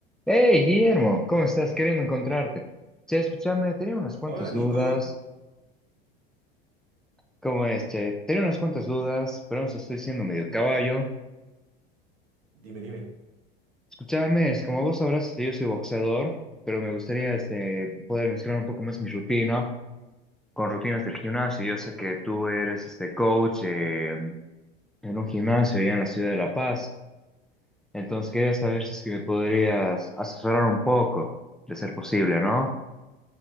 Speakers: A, in the centre; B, on the right.
A: Hey, Guillermo, ¿cómo estás? Queriendo encontrarte. Che, escúchame, tenía unas cuantas
B: Hola
A: dudas.
B: Nico,
A: ¿Cómo es, che? Tenía unas cuantas dudas, pero aún estoy siendo medio caballo.
B: dime, dime.
A: Escúchame, este, como vos sabrás, este, yo soy boxeador, pero me gustaría este, poder mezclar un poco más mi rutina con rutinas del gimnasio. Yo sé que tú eres este coach eh, en un gimnasio allá en la ciudad de La Paz, entonces quería saber si es que me podrías
B: Ajá,
A: asesorar un poco, de ser posible, ¿no?